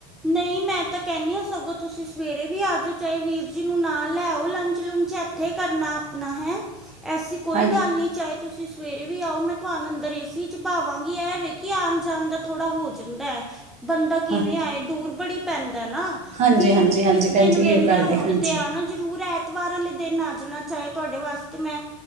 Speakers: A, in the centre; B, on the right.
A: ਨਹੀਂ ਮੈਂ ਤਾਂ ਕਹਨੀ ਆ ਸਗੋਂ ਤੁਸੀਂ ਸਵੇਰੇ ਵੀ ਆਜ ਚਾਹੇ ਵੀਰ ਜੀ ਨੂੰ ਨਾ ਲੈ ਲੰਚ ਲੁਚ ਇਏਥੇ ਕਰਨਾ ਆਪਣਾ ਹੈ ਐਸੀ ਕੋਈ
B: ਹਾਂ
A: ਗੱਲ ਨਹੀਂ ਚਾਹੇ ਤੁਸੀਂ ਸਵੇਰੇ ਵੀ ਆਓ। ਮੈਂ ਤੁਹਾਨੂੰ ਅੰਦਰ ਏਸੀ <unintelligible> ਵਾਂਗੀ ਇਹ ਵੇ ਕਿ ਆਉਣ ਜਾਣ ਦਾ ਥੋੜ੍ਹਾ ਹੋ ਜਾਂਦਾ ਹੈ ਬੰਦਾ ਕਿਵੇਂ
B: ਹਾਂ-
A: ਆਏ ਦੂ ਬੜੀ ਪੈਂਦੀ ਨਾ
B: ਹਾਂਜੀ
A: ਵੀਰ
B: ਹਾਂਜੀ
A: ਜੀ ਕਿਸੇ
B: ਹਾਂਜੀ ਭੈਣ
A: ਦਿਨ
B: ਜੀ
A: ਵੇਲੇ
B: ਇਹੋ ਗੱਲ
A: ਹੋਣ
B: ਹੈ ਹਾਂਜੀ
A: ਤੇ ਆ ਨਾ ਜ਼ਰੂਰ ਐ ਵਾਰ ਵਾਲੇ ਦਿਨ ਆ ਜਾਣਾ ਚਾਹੇ। ਤੁਹਾਡੇ ਵਾਸਤੇ ਮੈਂ